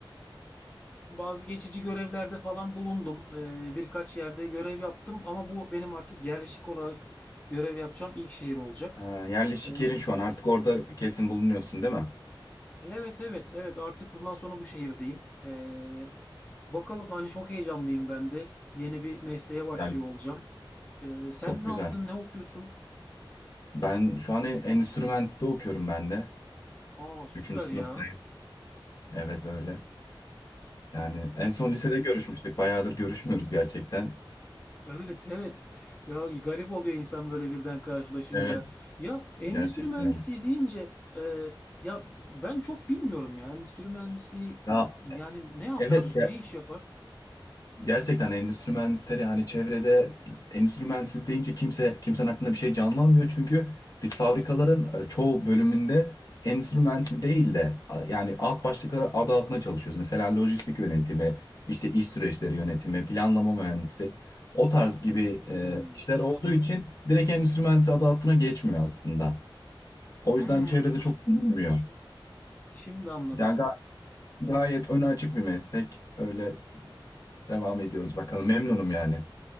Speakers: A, on the left (about 15°); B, on the left (about 45°).
A: bazı geçici görevlerde falan bulundum. Ee, birkaç yerde görev yaptım ama bu benim artık yerleşik olarak görev yapacağım ilk şehir olacak.
B: Ha, yerleşik
A: Ee,
B: yerin şu an artık orada kesin bulunuyorsun değil mi?
A: Evet evet evet artık bundan sonra bu şehirdeyim. Ee, bakalım hani çok heyecanlıyım ben de. Yeni bir mesleğe başlıyor
B: Yani
A: olacağım. Ee, sen
B: Çok
A: ne
B: güzel.
A: yaptın? Ne okuyorsun?
B: Ben şu an en- endüstri mühendisliği okuyorum ben de.
A: Aa süper
B: Üçüncü sınıftayım.
A: ya.
B: Evet öyle. Yani
A: Aa,
B: en son lisede görüşmüştük. Bayağıdır görüşmüyoruz gerçekten.
A: Evet evet. Ya garip oluyor insan böyle birden karşılaşınca.
B: Evet,
A: Ya endüstri
B: gerçekten
A: mühendisi
B: öyle.
A: deyince e, ya ben çok bilmiyorum ya endüstri mühendisliği
B: Ya
A: yani ne yapar?
B: evet ya
A: Ne iş yapar?
B: Gerçekten endüstri mühendisleri hani çevrede endüstri mühendisleri deyince kimse kimsenin aklında bir şey canlanmıyor. Çünkü biz fabrikaların e, çoğu bölümünde endüstri mühendisi değil de a, yani alt başlıklar adı altında çalışıyoruz. Mesela lojistik yönetimi, işte iş süreçleri yönetimi, planlama mühendisi o tarz gibi
A: Hmm,
B: e, işler olduğu için direkt endüstri mühendisi adı altına geçmiyor aslında. O
A: hmm,
B: yüzden çevrede çok bilinmiyor.
A: şimdi anladım.
B: Yani ga- gayet öne açık bir meslek. Öyle devam ediyoruz bakalım memnunum yani.